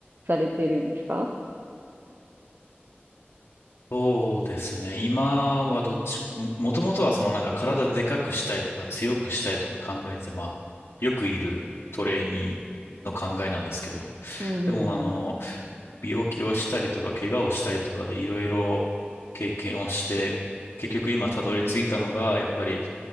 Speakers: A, on the right (about 60°); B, on the left (about 90°).
A: されてるんですか
B: そうですね。今はどっち、ももともとはそのなんか体でかくしたいとか強くしたいとか考えて、まあ、よくいるトレーニーの考えなんですけど、
A: うんうんうん。
B: でもあの、病気をしたりとか怪我をしたりとかでいろいろ経験をして、結局今たどり着いたのが、やっぱり